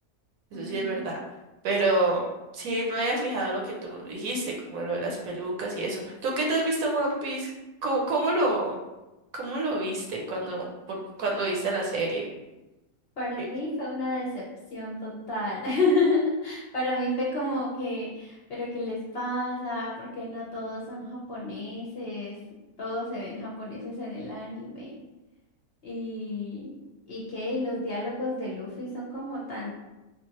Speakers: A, on the right; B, on the left.
A: Eso
B: Ujú.
A: sí es verdad. Pero sí no había fijado lo que tú dijiste, como lo de las pelucas y eso. ¿Tú qué te has visto One Piece? ¿Cómo, cómo lo, cómo lo viste cuando, por- cuando viste la serie?
B: Para
A: Eh,
B: mí fue una decepción total. <laughs> Para mí fue como que, pero ¿qué les pasa? ¿Por qué no todos son japoneses? Todos se ven japoneses en el anime. Y, y qué, y los diálogos de Luffy son como tan,